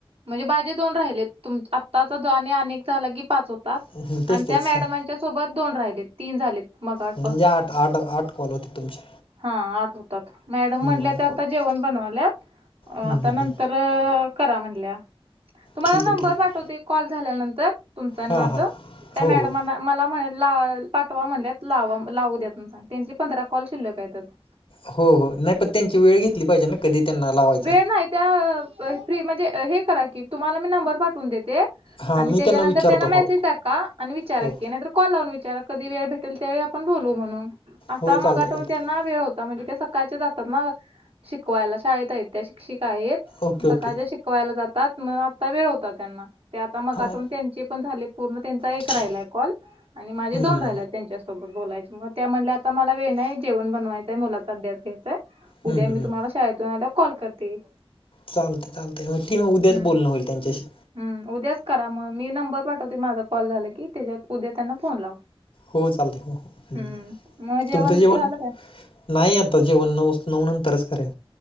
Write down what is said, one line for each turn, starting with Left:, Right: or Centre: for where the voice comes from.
Right: म्हणजे माजी दोन राहिलेत तुम आत्ताचा आणि एक झाला की पाच होतात
Left: हम्म,
Right: आणि
Left: तेच तेच
Right: त्या मॅडमांच्या
Left: हां
Right: सोबत दोन राहिलेत तीन झालेत मग आट
Left: म्हणजे आठ आठ आठ कॉल होतेत तुमचे.
Right: हा आठ होतात मॅडम
Left: हम्म,
Right: म्हणल्या त्या आता जेवण बनवायल्यात अ
Left: हम्म,
Right: आता
Left: हम्म,
Right: नंतर
Left: हम्म.
Right: अ करा म्हणल्या तुम्हाला
Left: ठीक आहे
Right: नंबर
Left: ठीक आहे
Right: पाठवते कॉल झाल्यानंतर. तुमचं आणि
Left: हां
Right: माझं
Left: हां
Right: त्या
Left: हो
Right: मॅडमांना
Left: हो
Right: मला म्हण ला पाठवा म्हणल्यात लावा लावू द्या सांग त्यांची पंधरा कॉल शिल्लक आहेत अजून.
Left: हो हो नाही पण त्यांची वेळ घेतली पाहिजे ना कधी त्यांना लावायचंय.
Right: वेळ नाही त्या अ ब फ्री म्हणजे हे करा की तुम्हाला मी नंबर पाठवून देते.
Left: हां
Right: आणि
Left: मी
Right: त्याच्यानंतर
Left: विचारतो
Right: त्यांना मेसेज
Left: हो
Right: टाका आणि विचारा
Left: हो
Right: कि नाहितर कॉल लावून विचारा कधी वेळ भेटेल त्यावेळी आपण बोलू म्हणून आता
Left: हो
Right: मगाटेून
Left: चालतंय चालतंय
Right: त्यांना वेळ होता म्हणजे त्या स सकाळच्या जातात ना शिकवायला शाळेत आहेत त्या शिक्षिका आहेत
Left: ओके
Right: सकाळच्या
Left: ओके
Right: शिक यला जातात मग आता वेळ होता त्यांना आता मगटून
Left: हां
Right: त्यांचे पण झाले पूर्ण त्यां एक
Left: ठीक.
Right: राहिलाय कॉल आणि माझे
Left: हम्म,
Right: दोन राहिलाय त्यांच्या सोबत बोलायच मग त्या म्हटल्या आता मला वेळ नाही जेवण बनवायचंय मुलाचा अध्यास घ्यायचाय.
Left: हम्म,
Right: उद्या
Left: हम्म,
Right: मी
Left: हम्म.
Right: तुम्हाला शाळेतून आल्यावर कॉल करते.
Left: चालतयं चालतयं मग ठी मग उद्याच
Right: हम्म
Left: बोलणं होईल त्यांच्याशी.
Right: हम्म उद्याच करा मग मी नंबर पाठवते माझा कॉल झाला की त्याच्यात उद्या त्यांना फोन लावा.
Left: हो चालतयं हो हो हं
Right: हम्म मग
Left: तुमचं जेवण?
Right: झालं काय
Left: नाही आता जेवण नऊच नऊ नंतरच करेन.